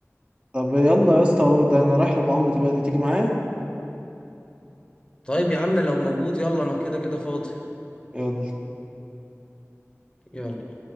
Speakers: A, on the right; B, on the left.
A: طب يلا يا اسطى ده انا رايح لابو عمرو دلوقتي تيجي معايا
B: طيب يا عم لو موجود يلا انا كده كده فاضي
A: يلا
B: يلا